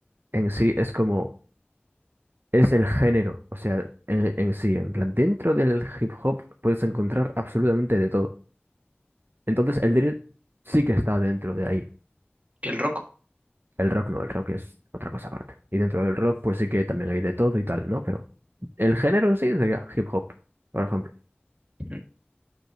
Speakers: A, on the right; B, on the right.
A: en sí es como, es el género, o sea, en, en sí, en plan, dentro del hip hop puedes encontrar absolutamente de todo. Entonces el drill sí que está dentro de ahí.
B: ¿Y el rock?
A: El rock no, el rock es otra cosa aparte. Y dentro del rock pues sí que también hay de todo y tal, ¿no? Pero el género en sí sería hip hop, por ejemplo.
B: Mm,